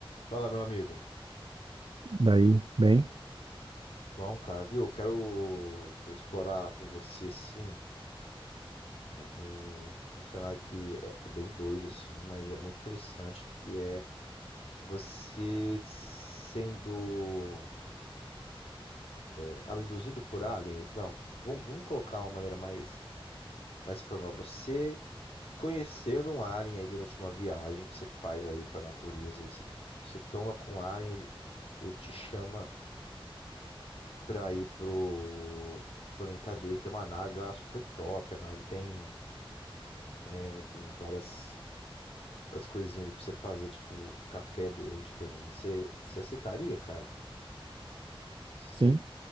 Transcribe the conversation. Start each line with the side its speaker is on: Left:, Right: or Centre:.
Left: Fala, meu amigo.
Right: Daí, bem,
Left: Bom, cara, viu? Quero, quero explorar com você, assim, um, um cenário que é, é bem doido, assim, mas é muito interessante, que é você sendo é, abduzido por aliens. Não, vamos, vamos colocar uma maneira mais, mais formal. Você conhecendo um alien aí durante uma viagem que você faz aí pra natureza, e você, você tromba com um alien, ele, ele te chama pra ir pro planeta dele. Tem uma nave lá super top. A nave tem, né, tem várias, várias coisinhas ali pra você fazer, tipo, café deles diferente. Você, você aceitaria, cara? Se
Right: sim.
Left: Você,